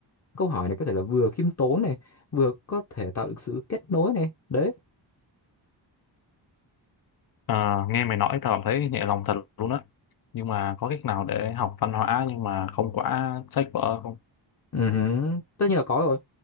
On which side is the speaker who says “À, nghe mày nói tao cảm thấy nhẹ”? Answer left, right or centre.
Left